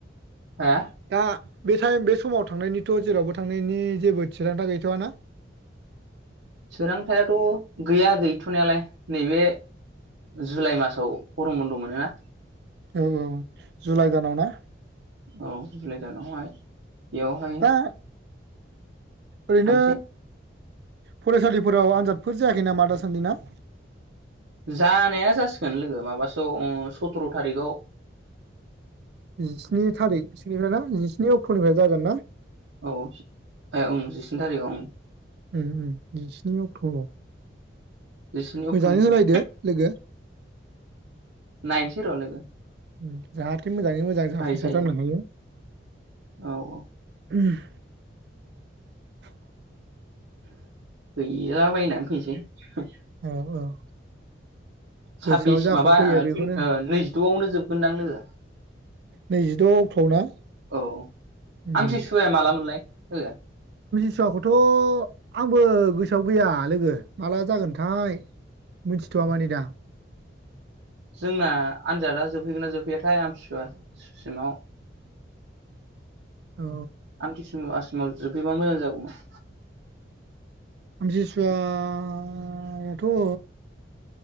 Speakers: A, on the right; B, on the right.
A: हा
B: दा‌ बे टायम बे समाव थांनायनिथ जेरावबो थांनायनि जेबो थिरांथा गैथवा ना?
A: सोरांथायाथ गैया गैथनायालाय नैबे जुलाइ मासाव गरम बन्द मोनोना?
B: औ औ जुलाइ दानाव ना
A: औ जुलाइ दानावहाय बेयावहाय
B: दा ओरैनो
A: थांसै
B: फरायसालिफोराव आनजादफोर जायाखै नामा दासान्दि ना?
A: जानाया जासिगोन लोगो माबासोआव ओ सथ्र थारिगाव।
B: जिस्नि थारिख सोनिफ्राय ना जिस्नि अक्टनिफ्राय जागोन ना?
A: औ ए ओं जिस्नि थारिखआव ओं
B: उम उम जिस्नि अक्ट आव।
A: जिस्नि अक्ट'निफ्राय
B: मोजाङै होलायदो लोगो।
A: नाइनसै र लोगो।
B: उम जाहाथ थे मोजाङै मोजां जाफुंसार
A: मारै जायो
B: जानो हायो।
A: औ औ।
B: <unintelligible>
A: हैला बायनानै फैनोसै।
B: औ औ गोसोआव
A: साबबिस
B: जाख'
A: माबा
B: फैयो
A: ओ
B: बेखौनो
A: थुइन नैजिदआवनो जोबगोनदां लोगो।
B: नैजिद' अक्ट'आव ना।
A: औ
B: उम
A: आमथिसुवाया माला मोनलाय हो?
B: फसुवाखौथ' आंबो गोसोआव गैया लोगो माला जागोन थाय मोनथि थ'आ मानि दा
A: जोंना आनजादा जोबहैगोन ना जोबहैयाथाय आमथिसुवा सिमाव।
B: औ
A: आमथि सु-आसु जोबहैबा मोजां जागौमोन।
B: आमथिसुवाथ'ओ